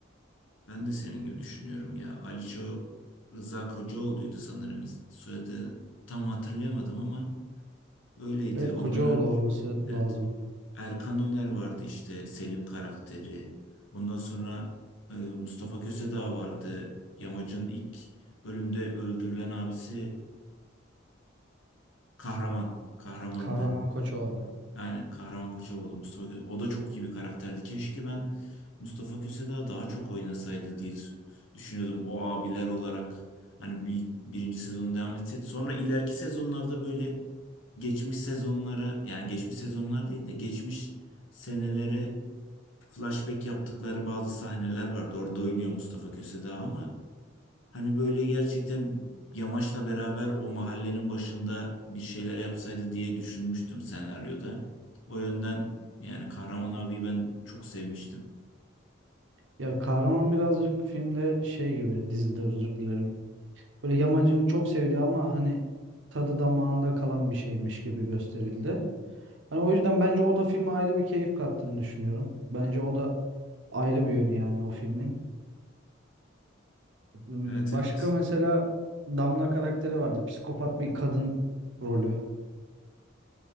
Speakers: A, on the left; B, on the right.
A: Ben de senin gibi düşünüyorum ya. Aliço Rıza Kocaoğlu'ydu sanırım is- soyadı. Tam hatırlayamadım ama öyleydi.
B: Evet
A: Ondan
B: Kocaoğlu
A: önce
B: olması
A: evet.
B: lazım.
A: Erkan Öner vardı işte Selim karakteri. Ondan sonra e, Mustafa Kösedağ vardı. Yamacın ilk bölümde öldürülen abisi Kahraman. Kahramandı.
B: Kahraman Koçovalı.
A: Aynen Kahraman Koçovalı Mustafa Kö- O da çok iyi bir karakterdi. Keşke ben Mustafa Köse daha çok oynasaydı diye düşünüyordum. O abiler olarak hani bir, birinci sezonu devam etseydi. Sonra ileriki sezonlarda böyle geçmiş sezonlara yani geçmiş sezonlar değil de geçmiş senelere flashback yaptıkları bazı sahneler vardı. Orada oynuyor Mustafa Köse ama Hani böyle gerçekten Yamaç'la beraber o mahallenin başında bir şeyler yapsaydı diye düşünmüştüm senaryoda. O yönden yani Kahraman abiyi ben çok sevmiştim.
B: Ya kahraman birazcık filmde şey gibi dizide özür dilerim. Böyle yamacın çok sevdiği ama hani tadı damağında kalan bir şeymiş gibi gösterildi. Hani o yüzden bence o da filme ayrı bir keyif kattığını düşünüyorum. Bence o da ayrı bir yönü yani o filmin. Hmm,
A: Evet evet.
B: Başka mesela Damla karakteri vardı. Psikopat bir kadın rolü.